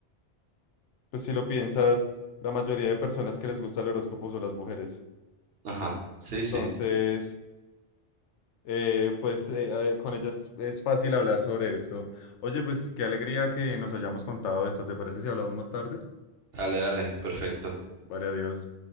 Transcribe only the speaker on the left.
pues si lo piensas, la mayoría de personas que les gusta el horóscopo son las mujeres.
Entonces,
eh, pues eh, eh, con ellas es fácil hablar sobre esto. Oye, pues qué alegría que nos hayamos contado esto. ¿Te parece si hablamos más tarde?
Vale, adiós.